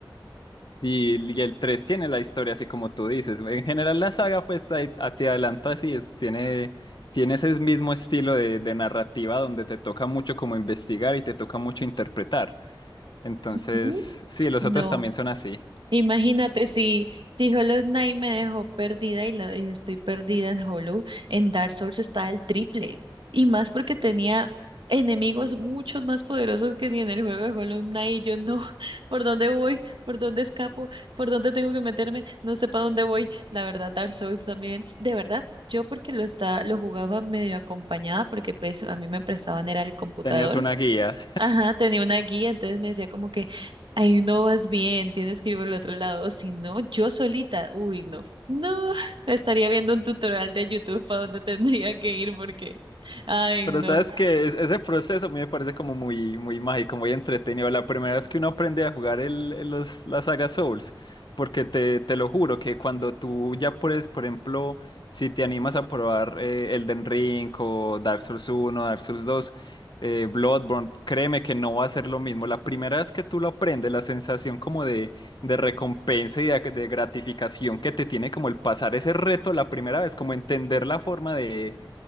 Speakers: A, on the left; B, on the right.
A: Y, y el 3 tiene la historia así como tú dices. En general la saga pues ahí- a- te adelanto así, es, tiene... Tiene ese mismo estilo de, de narrativa donde te toca mucho como investigar y te toca mucho interpretar. Entonces,
B: Ujú.
A: sí, los
B: No.
A: otros también son así.
B: Imagínate si, si Hollow Knight me dejó perdida y la- eh, estoy perdida en Hollow, en Dark Souls está el triple. Y más porque tenía enemigos muchos más poderosos que ni en el juego de Hollow Knight. Y yo no, <laughs> ¿por dónde voy? ¿Por dónde escapo? ¿Por dónde tengo que meterme? No sé para dónde voy. La verdad, Dark Souls también. De verdad, yo porque lo está, lo jugaba medio acompañada, porque pues a mí me prestaban era el computador.
A: Tenías una guía.
B: Ajá, tenía una guía, entonces me decía como que, ay, no vas bien, tienes que ir por el otro lado, o si no, yo solita, uy, no, no, <laughs> estaría viendo un tutorial de YouTube para dónde tendría que ir porque, ay,
A: Pero
B: no.
A: sabes que ese proceso a mí me parece como muy, muy mágico, muy entretenido. La primera vez que uno aprende a jugar el, el- los, la saga Souls, porque te, te lo juro que cuando tú ya puedes, por ejemplo, si te animas a probar eh, Elden Ring o Dark Souls uno, Dark Souls 2, eh, Bloodborne, créeme que no va a ser lo mismo. La primera vez que tú lo aprendes, la sensación como de, de recompensa y de, de gratificación que te tiene como el pasar ese reto la primera vez, como entender la forma de